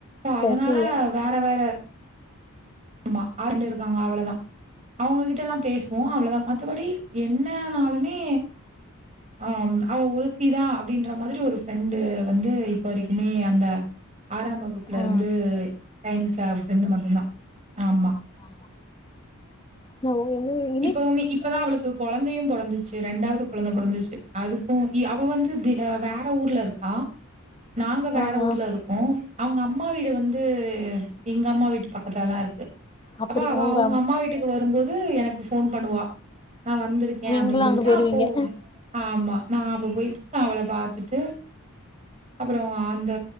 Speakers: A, on the right (about 35°); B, on the left (about 25°).
A: அதனால
B: சரி சி ஏ
A: வேற வேற ஆமா ஆரண்டு இருக்காங்க அவளதா அவங்ககிட்ட எல்லா பேசுவோ அவ்ளதா மத்தபடி என்னனாலுமே ஆ அவ ஒருத்திதா அப்டின்ற மாதிரி ஒரு ஃப்ரெண்டு வந்து இப்ப வரைக்குமே அந்த ஆறாம் வகுப் ல
B: ஆ
A: இருந்து பயணிச்சா ஃப்ரெண்டு மட்டுதா ஆமா
B: ஆமா நா ஓங்க என்னு
A: இப்பவுமே இப்பதா அவளுக்கு கொழந்தையு பொறந்துச்சு ரெண்டாவது கொழந்த பொறந்துச்சு அதுக் உ இ அவ வந்து வேற ஊர்ல இருக்கா நாங்க வேற
B: ஆ
A: ஊர்ல
B: ஆ
A: இருக்கோ அவங்க அம்மா வீடு வந்து எங்க அம்மா வீட்டு பக்கத்த தா இருக்கு
B: அப்டி
A: அப்ப அவ
B: உங்க
A: அவங்க அம்மா வீட்டுக்கு வரும்போது எனக் போன் பண்ணுவா நா வந்திருக்கே
B: நீங்களு
A: அப்டின் சொல்ட்டு
B: அங்க போயிருவீங்க
A: அப்போ ஆமா நா அப்ப போயிட்டு அவள பாத்துட்டு அப்புறோ அந்த